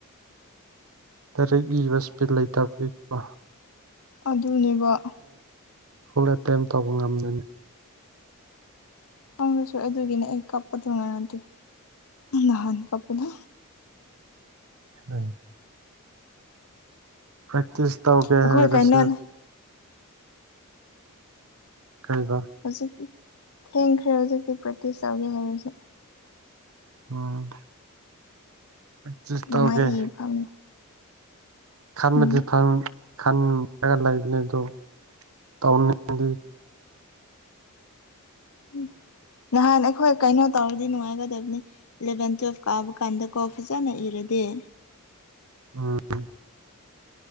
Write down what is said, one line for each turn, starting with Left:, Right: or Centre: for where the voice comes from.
Right: ꯀꯔꯦꯛ ꯏꯕ ꯏꯁꯄꯤ ꯂꯩꯇꯕꯒꯤꯀꯣ
Left: ꯑꯗꯨꯅꯦꯕ
Right: ꯍꯂꯦ ꯀꯦꯝꯝ ꯇꯧꯕ ꯉꯝꯗꯣꯏꯅꯤ
Left: ꯈꯪꯉ꯭ꯔꯁꯨꯣꯏ ꯑꯗꯨꯒꯤꯅꯦ ꯑꯩ ꯀꯞꯄꯗꯣ ꯉꯥꯏꯅꯗꯦ ꯅꯍꯥꯟ ꯀꯞꯄꯗꯣ
Right: ꯍ ꯄ꯭ꯔꯦꯛꯇꯛꯇꯤꯁ ꯇꯧ
Left: ꯑꯩꯈꯣꯏ
Right: ꯀꯦ ꯍꯥꯏꯗꯁ
Left: ꯀꯩꯅꯣꯅꯦ
Right: ꯀꯩꯕ
Left: ꯍꯧꯖꯤꯛꯇꯤ ꯊꯦꯡꯈ꯭ꯔꯦ ꯍꯧꯖꯤꯛꯇꯤ ꯄ꯭ꯔꯇꯤꯁ ꯆꯥꯎꯧꯒꯦ ꯍꯥꯏꯔꯁ
Right: ꯎꯝ ꯄꯆꯤꯁ
Left: ꯑꯗꯨꯃꯥꯏ
Right: ꯇꯧꯒꯦ
Left: ꯏ ꯐꯝꯃꯦ
Right: ꯈꯥꯟ
Left: ꯎꯝ
Right: ꯃꯗꯤ ꯐꯥꯟ ꯈꯟꯒ ꯂꯩꯕꯅꯦ ꯑꯗꯨ ꯇꯧꯅꯤꯡꯉꯗꯤ
Left: ꯎꯝ ꯅꯍꯥꯟ ꯑꯩꯈꯣꯏ ꯀꯩꯅꯣ ꯇꯧꯔꯗꯤ ꯅꯨꯡꯉꯥꯏꯒꯗꯕꯅꯤ ꯏꯂꯚꯦꯟ ꯇꯨꯋꯦꯜꯐ ꯀꯥꯕ ꯀꯥꯟꯗ ꯀꯣ ꯐꯖꯅ ꯏꯔꯗꯤ ꯗꯦ
Right: ꯎꯝ